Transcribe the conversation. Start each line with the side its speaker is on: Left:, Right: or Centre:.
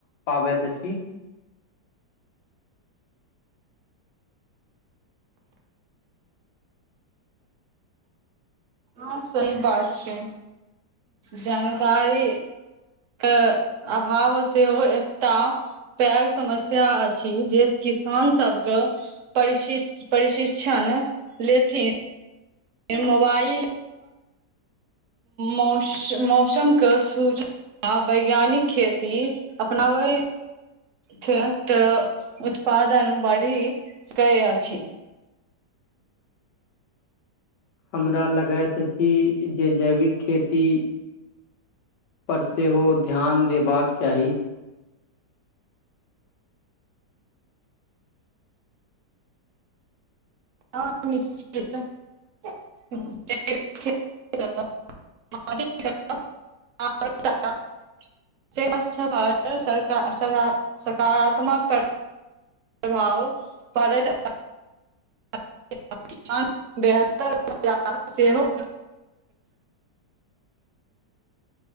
Left: पाबत अछि
Right: हँ सही बात छै जानकारी अ अभाव सेहो एकटा पैघ समस्या अछि जे किसान सबके पर प्रशि प्रशिक्षण लेथिन मोबाइल मौसम मौसम के सूच हँ वैज्ञानिक खेती अपनाबै त तऽ उत्पादन बढ़ी क अछी
Left: हमरा लगैत अछि जे जैविक खेती पर सेहो ध्यान देबाक चाही
Right: निश्च <unintelligible> <unintelligible> थ स स सकारात्मक <unintelligible> प्रभाव पड़ैत <unintelligible> पान बेहतर बाजार सेहो
Left: <inaudible>